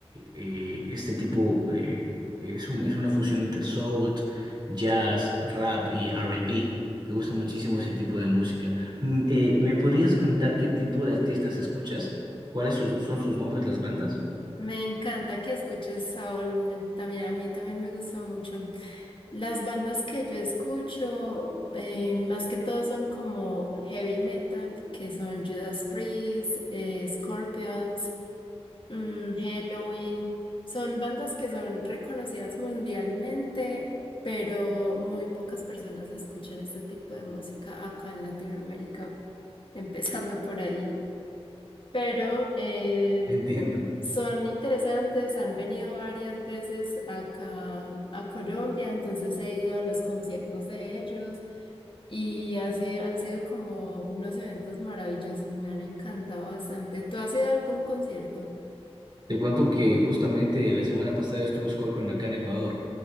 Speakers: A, on the right; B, on the left.
A: eh, este tipo. eh, es un- es una fusión entre soul, jazz, rap y R&B. Me gusta muchísimo ese tipo de música. Mm, eh, ¿me podrías contar qué tipo de artistas escuchas? ¿Cuáles sus- son sus nombres, las bandas?
B: Me encanta que escuches Saúl, me- también a mí también me gusta mucho. Las bandas que yo escucho, eh, más que todo son como heavy metal, que son Judas Priest, eh, Scorpions, mm, Halloween, son bandas que son reconocidas mundialmente, pero muy pocas personas escuchan este tipo de música acá en Latinoamérica, <laughs> empezando por ahí. Pero eh,
A: <laughs> Entiendo.
B: son interesantes, han venido varias veces acá a Colombia, entonces he ido a los conciertos de ellos y así han sido como unos eventos maravillosos, me han encantado bastante. ¿Tú has ido a algún concierto?
A: Te cuento que justamente la semana pasada estuve Scorpion acá en Ecuador.